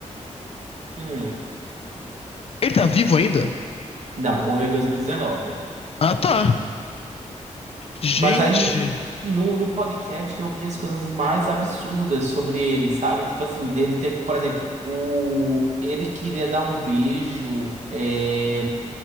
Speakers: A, on the right; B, on the left.
A: Hum.
B: Ele tá vivo ainda?
A: Não, morreu em 2019.
B: Ah, tá. Gente.
A: Mas aí, no, no podcast, eu vi as coisas mais absurdas sobre ele, sabe? Tipo assim, dele ter, por exemplo, o, ele queria dar um beijo. É...